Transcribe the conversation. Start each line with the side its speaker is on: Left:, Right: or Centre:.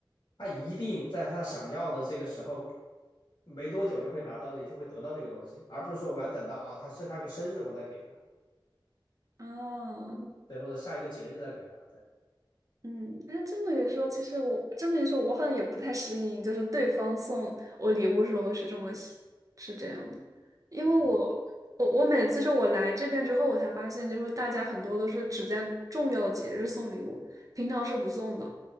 Left: 他一定在他想要的这个时候没多久就会拿到这，就会得到这个东西，而不是说我要等到啊，他是他个生日我再给他，
Right: 哦，
Left: 对，或者下一个节日再给他，对，
Right: 嗯，哎，这么一说，其实我这么一说，我好像也不太适应，就是对方送我礼物时候是这么喜是这样的，因为我我我每次是我来这边之后，
Left: 嗯
Right: 我才发现，就是大家很多都是只在重要的节日送礼物，平常是不送的，